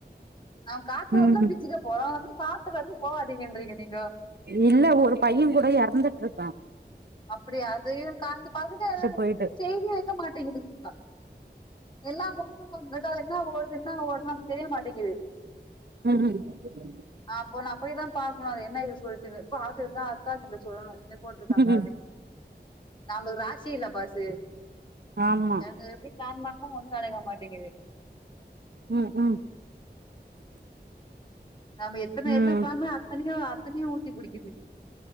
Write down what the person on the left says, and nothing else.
ஆ காத்து
வாங்கதா பீச்சிக்கே போறோம் அங்க காத்து வருது போகவாதீங்கன்றீங்க நீங்கோ
அப்டியா அதேய காத்து பாத்துட்டு
செய்தியே வெக்க மாட்டேங்குதுங்க எல்லா பொங்க கொட்ட எதா என்ன ஓடுது என்ன ஓடுது நமக்கு தெரிய மாட்டேங்குது
அப்ப நா போய் தா பாக்கணும் அது என்ன ரிசல்ட்டுனு பாத்துட்டுதா அக்காகிட்ட சொல்லணும் இந்தமார் போட்ருக்காங்க
நாங்க ராசி இல்ல பாசு
எனக்கு எப்டி பிளான் பண்ணோ ஒன்னு நடக்க மாட்டேங்குது
நாம எத்தன
எத்தன பாமே பண்ணியு அத்தனையும் ஊத்தி குடிக்குது